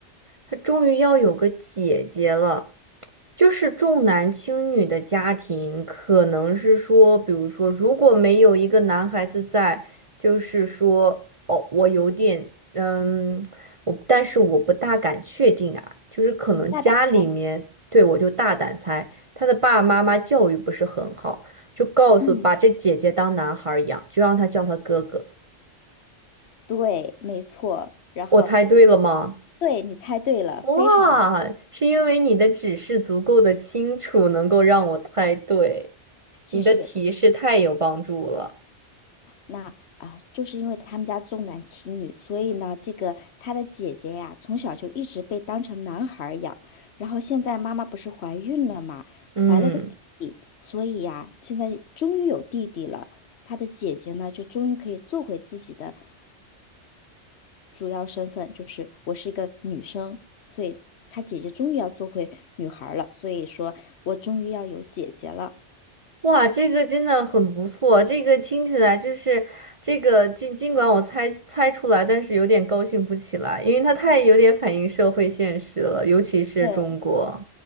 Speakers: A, on the right; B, on the left.
A: 他终于要有个姐姐了。就是重男轻女的家庭，可能是说，比如说，如果没有一个男孩子在，就是说，哦，我有点，嗯，我，但是我不大敢确定啊，就是可能家里面，
B: 你大胆猜。
A: 对，我就大胆猜，他的爸爸妈妈教育不是很好，就告诉把这姐姐当男孩儿养，
B: 嗯，
A: 就让他叫他哥哥。
B: 对，没错。然后，
A: 我猜对了吗？
B: 对，你猜对了，
A: 哇，
B: 非常，
A: 是因为你的指示足够的清楚，能够让我猜对，
B: 其实也不。
A: 你的提示太有帮助了。
B: 是。那啊，就是因为他们家重男轻女，所以呢，这个他的姐姐呀，从小就一直被当成男孩儿养。然后现在妈妈不是怀孕了嘛，
A: 嗯，
B: 怀了个弟弟，所以呀，现在终于有弟弟了。他的姐姐呢，就终于可以做回自己的主要身份，就是我是一个女生，所以他姐姐终于要做回女孩儿了。所以说我终于要有姐姐了，
A: 哇，这个真的很不错，这个听起来就是这个尽尽管我猜猜出来，但是有点高兴不起来，因为它太有点反映社会现实了，尤其是中国。
B: 对，